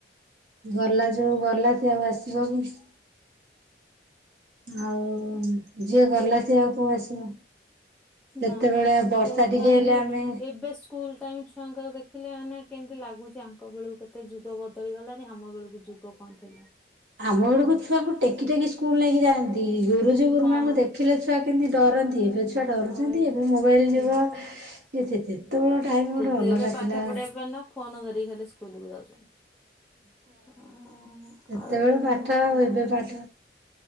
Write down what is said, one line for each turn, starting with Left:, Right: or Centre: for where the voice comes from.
Right: ଗଲା ଯୋଉ ଗଲା ସେ ଆଉ ଆସିବ କି? ଆଉ ଯିଏ ଗଲା ସିଏ ଆଉ କୋଉ ଆସିବ। ସେତେବେଳେ
Centre: ନା ପା
Right: ବର୍ଷା
Centre: ସେ
Right: ଟିକେ
Centre: ତାଇମି
Right: ହେଲେ
Centre: ଏବେ
Right: ଆମେ
Centre: ଶୁ ସ୍କୁଲ୍ ଟାଇମ୍ ଛୁଆଙ୍କର ଦେଖିଲେ ମାନେ କେମିତି ଲାଗୁଛି ଆଙ୍କ ବେଳକୁ କେତେ ଯୁଗ ବଦଳିଗଲାଣି ଆମ ବେଳକୁ ଯୁଗ ଯୁଗ କଣ ଥିଲା।
Right: ଆମ ବେଳକୁ ଛୁଆକୁ ଟେକି ଟେକି ସ୍କୁଲ ନେଇକି ଯାଆନ୍ତି ଗୁରୁଜୀ ଗୁରୁମାାନଙ୍କୁ
Centre: ହଁ
Right: ଦେଖି ଦେଖିଲେ ଛୁଆ କେମିତି ଡରନ୍ତି ଏବେ ଛୁଆ ଡରୁଛନ୍ତି
Centre: ହାଏ
Right: ଏବେ ମୋବାଇଲ୍ ଯୁଗ
Centre: ନା
Right: ଥି କେତେବେଳେ ଟାଇମ୍
Centre: ଯେତେ
Right: ଗୋଟେ ଅଲଗା
Centre: ଏବେ ପାଠ
Right: ଥିଲା।
Centre: ପଢିବା ପାଇଁ ନା ଫୋନ ଧରିକି ଖାଲି ସ୍କୁଲକୁୁ ଯାଉଚନ୍ତି। ହଁ
Right: ସେତେବେଳେ
Centre: ଆଉ
Right: ପାଠ
Centre: କଣ
Right: ଆଉ
Centre: ଦେଖିଆ।
Right: ଏବେ ପାଠ